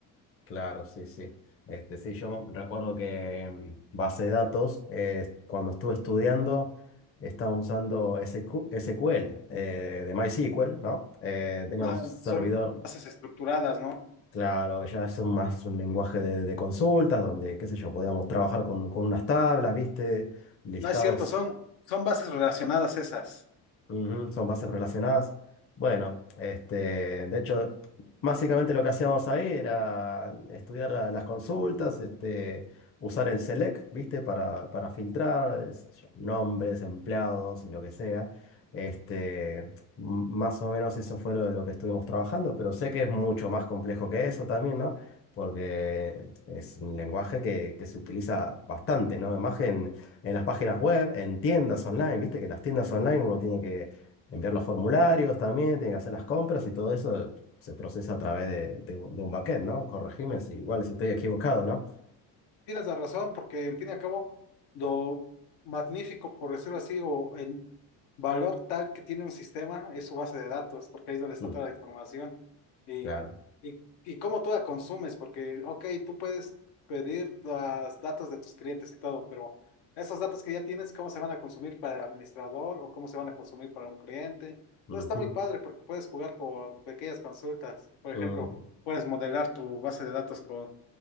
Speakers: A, on the left; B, on the left.
A: Claro, sí, sí. Este, sí, yo recuerdo que en base de datos, eh, cuando estuve estudiando, estaba usando S Q SQ SQL eh, de MySQL, ¿no? Eh, teníamos
B: Ah,
A: servidor,
B: son bases estructuradas, ¿no?
A: claro, ya es un- más un lenguaje de, de consultas, donde, qué sé yo, podíamos trabajar con, con unas tablas, ¿viste? Listados
B: No es cierto, son, son bases relacionadas esas.
A: Ujú, son bases relacionadas. Bueno, este, de hecho, básicamente lo que hacíamos ahí era estudiar la- las consultas, este, usar el select, ¿viste? Para, para filtrar, eh, sé yo, nombres, empleados, lo que sea. Este, m- más o menos eso fue lo, lo que estuvimos trabajando, pero sé que es mucho más complejo que eso también, ¿no? Porque es un lenguaje que, que se utiliza bastante, ¿no? Imagen en las páginas web, en tiendas online, viste que las tiendas online uno tiene que enviar los formularios también, tiene que hacer las compras y todo eso se procesa a través de, de un de un backend, ¿no? Corregime si igual si estoy equivocado, ¿no?
B: Tienes la razón, porque en fin y al cabo, lo magnífico, por decirlo así, o el valor tal que tiene un sistema es su base de datos, porque ahí es donde está
A: Mm,
B: toda la información. Y,
A: claro.
B: y, y cómo tú la consumes, porque, ok, tú puedes pedir los datos de tus clientes y todo, pero esos datos que ya tienes, ¿cómo se van a consumir para el administrador o cómo se van a consumir para un cliente?
A: Ujú,
B: Todo está muy padre porque puedes jugar con pequeñas consultas. Por ejemplo,
A: ujú,
B: puedes modelar tu base de datos con